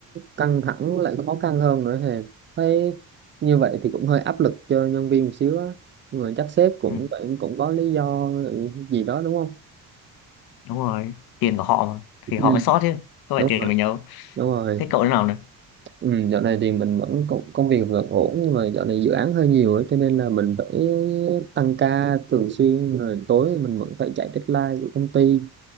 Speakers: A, on the right; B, on the left.
A: căng thẳng lại khó khăn hơn nữa thì thấy như vậy thì cũng hơi áp lực cho nhân viên một xíu á nhưng mà chắc sếp cũng
B: ừ,
A: cũng cũng có lý do gì đó đúng không
B: đúng rồi tiền của họ mà thì
A: Ừ.
B: họ mới sót chứ không
A: đúng
B: phải tiền
A: rồi
B: mình đâu
A: đúng rồi
B: thế cậu thế nào này
A: ừ, dạo này thì mình vẫn công, công việc vẫn ổn nhưng mà dạo này dự án hơi nhiều ấy, cho nên là mình phải tăng ca thường xuyên rồi tối mình vẫn phải chạy deadline của công ty